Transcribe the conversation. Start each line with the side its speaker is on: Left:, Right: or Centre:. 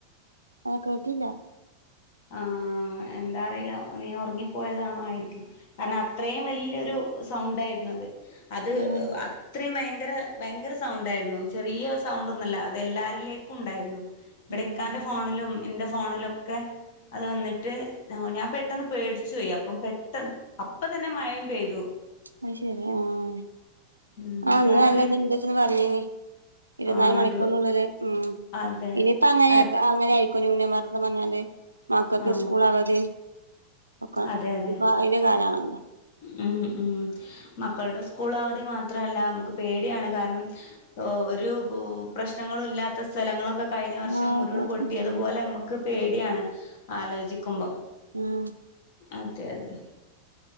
Right: ആ കേട്ടില്ല
Left: ആഹ് എന്താ അറിയില്ല നീ ഒറങ്ങിപ്പോയതാണോ ആയിരിക്കും. കാരണം അത്രിം വല്യൊരു സൗണ്ട് ആയിരുന്നു. അത് അത്
Right: ആഹ്
Left: ആ ഇത്രയും ഭയങ്കര ഭയങ്കര സൗണ്ടായിരുന്നു. ചെറിയ സൗണ്ടൊന്നുമല്ല അത് എല്ലാരിലേക്കും ഉണ്ടായിരുന്നു. ഇവടെ
Right: ഉം
Left: ഇക്കാന്റെ ഫോണിലും എന്റെ ഫോണിൽ ഒക്കെ അത് വന്നിട്ട് ഞാൻ പെട്ടെന്ന് പേടിച്ചു പോയി. അപ്പം പെട്ടെന്ന് അപ്പ തന്നെ മയയും പെയ്തു.
Right: അതു ശെരി ആഹ്
Left: ഉം
Right: ആഹ് ഇന്ന്
Left: രാവിലെ
Right: നല്ല ഇത് ഇണ്ട്ന്ന് പറഞ്ഞേനി ഇരുവത്തിനാല്
Left: ആ
Right: മണിക്കൂറിനുള്ളില്
Left: ഒരു
Right: ഉം
Left: അതെ
Right: ഇനിയിപ്പ അങ്ങനേക്ക
Left: അടു
Right: അങ്ങനായി ക്കെ ന്യൂനമർദ്ദം പറ്ഞ്ഞാണ്ട് മക്കക്ക്
Left: ആ
Right: സ്കൂൾ അവധി ഒക്കെ
Left: അതെ അതെ
Right: ഇപ്പ അയിന്റെ കാലാണല്ലോ
Left: ഉം ഉം മക്കൾടെ സ്കൂൾ അവധി മാത്രല്ല നമുക്ക് പേടിയാണ് കാരണം ഓഹ് ഒരു പ്രശ്നങ്ങളും ഇല്ലാത്ത സ്ഥലങ്ങളൊക്കെ കഴിഞ്ഞ വർഷം
Right: ആഹ് അതെ
Left: ഉരുള് പൊട്ടിയതുപോലെ
Right: ഉം
Left: നമ്മുക്ക് പേടിയാണ് ആലോചിക്കുമ്പം
Right: ആഹ്
Left: അതെ അതെ